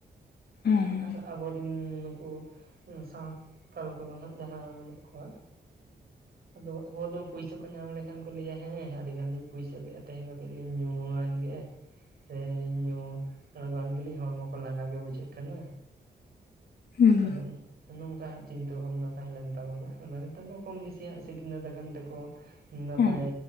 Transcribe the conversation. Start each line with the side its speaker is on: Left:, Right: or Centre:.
Left: ᱦᱮᱸ
Right: ᱟᱨ ᱟᱵᱚᱨᱤᱱ ᱱᱩᱠᱩ ᱥᱟᱶ ᱛᱟᱞ ᱠᱚᱫᱚ ᱦᱟᱸᱜ ᱡᱟᱦᱟᱸ ᱢᱮᱱᱟᱜ ᱠᱚᱣᱟ᱾ ᱟᱫᱚ ᱟᱵᱚ ᱫᱚ ᱯᱩᱭᱥᱟᱹ ᱠᱚ ᱧᱟᱢ ᱞᱮᱠᱷᱟᱱ ᱠᱚ ᱞᱟᱹᱭᱟ ᱦᱮᱸ ᱟᱹᱰᱤ ᱜᱟᱱ ᱞᱤᱧ ᱯᱩᱭᱥᱟᱹ ᱜᱮᱼᱟ ᱛᱮᱦᱮᱧ ᱫᱚ ᱠᱟᱹᱡ ᱞᱤᱧ ᱧᱩᱣᱟᱱ ᱜᱮᱼᱼ ᱥᱮ ᱧᱩ ᱟᱬᱜᱚ ᱣᱟᱱ ᱜᱮᱞᱤᱧ ᱦᱚᱲᱢᱚ ᱠᱚ ᱞᱟᱸᱜᱟ ᱜᱮ ᱵᱩᱡᱷᱟᱹᱜ ᱠᱟᱱᱟ᱾
Left: ᱦᱩᱸ
Right: ᱟᱫᱚ ᱱᱚᱝᱠᱟᱜ ᱪᱤᱱᱛᱟᱹ ᱵᱷᱟᱵᱽᱱᱟ ᱛᱟᱦᱮᱸ ᱞᱮᱱ ᱛᱟᱵᱚᱱᱟ ᱟᱫᱚ ᱱᱮᱛᱟᱨ ᱫᱚ ᱠᱚᱢ ᱵᱮᱥᱤ ᱦᱟᱜ ᱥᱤᱠᱷᱱᱟᱹᱛ ᱟᱠᱟᱱ ᱛᱮᱠᱚ, ᱱᱟᱯᱟᱭ
Left: ᱦᱮᱸ